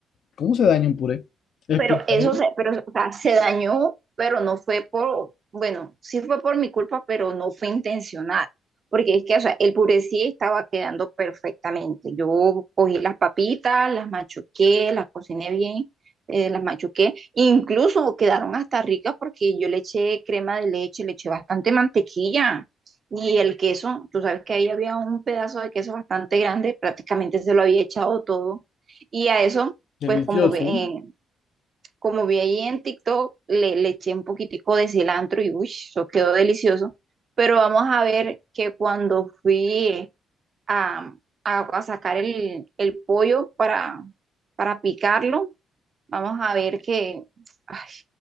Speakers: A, on the left; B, on the right.
A: ¿Cómo se daña un puré? Explícamelo.
B: Pero eso se, pero, o sea, se dañó, pero no fue por, bueno, sí fue por mi culpa, pero no fue intencional. Porque es que, o sea, el puré sí estaba quedando perfectamente. Yo cogí las papitas, las machuqué, las cociné bien, eh, las machuqué. Incluso quedaron hasta ricas porque yo le eché crema de leche, le eché bastante mantequilla. Y el queso, tú sabes que ahí había un pedazo de queso bastante grande, prácticamente se lo había echado todo. Y a eso
A: Delicioso.
B: pues como ve, eh, como vi ahí en TikTok, le, le eché un poquitico de cilantro y uy, eso quedó delicioso. Pero vamos a ver que cuando fui a, a- a sacar el, el pollo para, para picarlo, vamos a ver que ay,